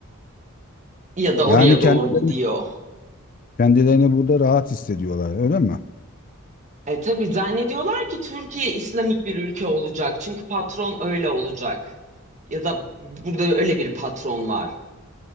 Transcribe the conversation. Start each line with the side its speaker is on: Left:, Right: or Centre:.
Right: ya da
Left: yani
Right: oraya
Left: kendilerini
Right: doğru gidiyor.
Left: kendilerini burada rahat hissediyorlar öyle mi?
Right: E tabii zannediyorlar ki Türkiye İslamik bir ülke olacak. Çünkü patron öyle olacak. Ya da burada öyle bir patron var.